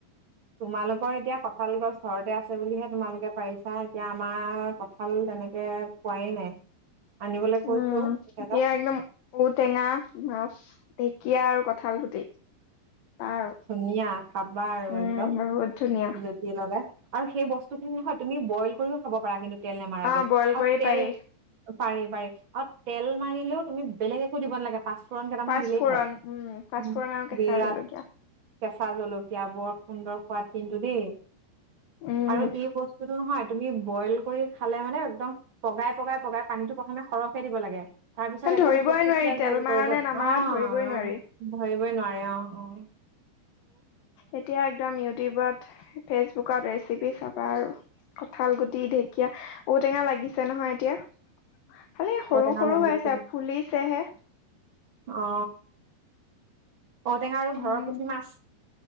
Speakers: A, on the right (about 35°); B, on the left (about 65°).
A: তোমালোকৰ এতিয়া কঁঠাল গছ ঘৰতে আছে বুলিহে তোমালোকে পাৰিছা, এতিয়া আমাৰ কঁঠাল তেনেকে খোৱাই নাই। আনিবলৈ কৈছো
B: উম,
A: তেখেতক
B: এতিয়া একদম ঔটেঙা মাছ, ঢেকীয়া আৰু কঁঠাল গুটি। আৰু
A: ধুনীয়া, খাবা আৰু
B: উম
A: একদম
B: বহুত ধুনীয়া
A: জুতি লগাই। আৰু সেই বস্তু খিনি নহয় তুমি বইল কৰিও খাব পাৰা, কিন্তু তেল নামাৰাকে
B: অ বইল
A: আৰু
B: কৰি
A: তেল
B: পাৰি
A: পাৰি-পাৰি আৰু তেল মাৰিলেও তুমি বেলেগ একো দিব নালাগে, পাচ ফোৰণ কেইটামান
B: পাঁচফোৰণ
A: দিলেই হয়,
B: উম পাঁচফোৰণ
A: উম,
B: আৰু কেঁচা
A: বিৰাট
B: জলকীয়া
A: কেঁচা জলকীয়া বৰ সুন্দৰ সোৱাদ কিন্তু দেই,
B: উম
A: আৰু এই বস্তুটো নহয় তুমি বইল কৰি খালে মানে, একদম পগাই-পগাই-পগাই, পানীতো প্ৰথমে সৰহকে দিব লাগে, তাৰ পিছত একদম
B: ধৰিবই
A: থুপ-থুপিয়া
B: নোৱাৰি তেল
A: জোল
B: মাৰা
A: কৰিব,
B: নে নামাৰা
A: অ-অ,
B: ধৰিবই নোৱাৰি
A: ধৰিবই নোৱাৰে, অ-অ
B: এতিয়া একদম ইউটিউবত, ফেচবুক বুকত ৰেচিপি চাবা আৰু কঁঠাল গুটি, ঢেকীয়া, ঔটেঙা লাগিছে নহয় এতিয়া খালি সৰু
A: ঔটেঙা
B: সৰু
A: লাগিছে,
B: হৈ আছে ফুলিছেহে
A: অ ঔটেঙা আৰু
B: উম
A: ঘৰৰ পুঠি মাছ